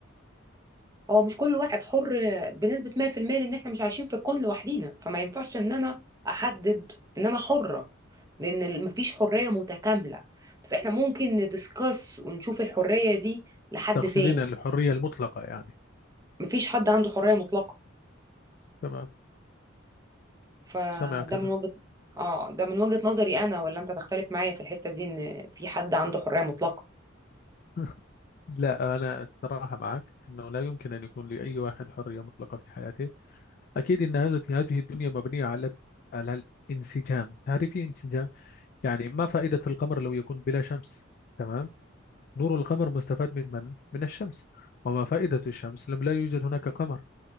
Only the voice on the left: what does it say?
تقصدين
الحرية المطلقة يعني
تمام
سامعك أنا
<laughs> لا أنا الصراحة معك أنه لا يمكن أن يكون لأي واحد حرية مطلقة في حياته أكيد أن هذه هذه الدنيا مبنية على على الانسجام تعرفي انسجام يعني ما فائدة القمر لو يكون بلا شمس تمام نور القمر مستفاد من من من الشمس وما فائدة الشمس لم لا يوجد هناك قمر